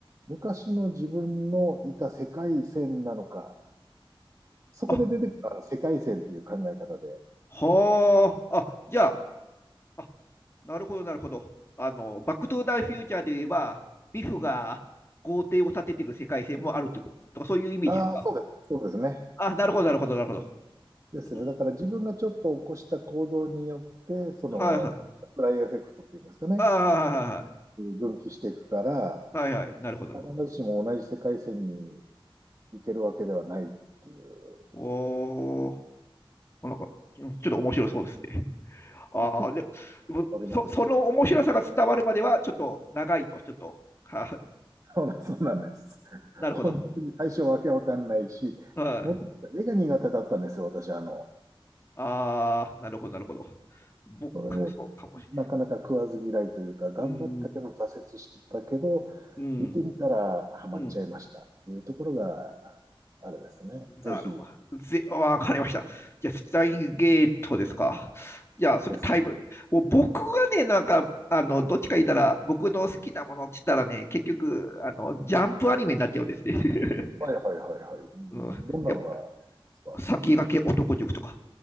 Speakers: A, on the right (about 35°); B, on the left (about 25°).
A: 昔の自分のいた世界線なのか、そこで出てきた世界線っていう考え方で、
B: あ、はあ。あ、じゃあ、あ、なるほどなるほど。あの、バックトゥーザフューチャーで言えば、ビフが豪邸を建ててる世界線もあるってこととか、そういうイメージ
A: ああ、そうですね、そうですね。
B: あ、なるほど、なるほど、なるほど。
A: ですね。
B: うん
A: だから自分がちょっと起こした行動によって、その、
B: はいはい。
A: フライエフェクトっていうんですかね、
B: ああ、はいはいはい。
A: 分岐していくから、
B: はいはい。なるほど、
A: 必ずしも同じ世界線に
B: なるほど。
A: 行けるわけではないっていう、
B: おー、なんか、ちょっと面白そうですね。ああ、
A: 結
B: ででもそ、
A: 構あります。
B: その面白さが伝わるまでは、ちょっと長いと、ちょっと、はあ、
A: そうだそうなんです。
B: なるほど。
A: 本当に最初わけわかんないし、
B: はい。
A: もともと絵が苦手だったんですよ、私。あの、
B: ああ、なるほど、なるほど。僕もそうかもしれない。
A: それで、なかなか食わず嫌いというか、頑張ったけど挫折してたけど、
B: うん、うん、
A: 見てみたらハマっちゃいましたっていうところが
B: うん。
A: あれですね。ぜひ
B: なるほど。ぜ、わかりました。じゃあ、スタインゲートですか。じゃあ、それタイム、
A: です。
B: もう僕がね、なんか、あの、どっちか言ったら、僕の好きなものって言ったらね、結局、あの、ジャンプアニメになっちゃうんですね。<laughs>
A: はいはいはいはい。
B: うん、
A: どんなのがですか
B: やっぱ、先駆け男塾とか、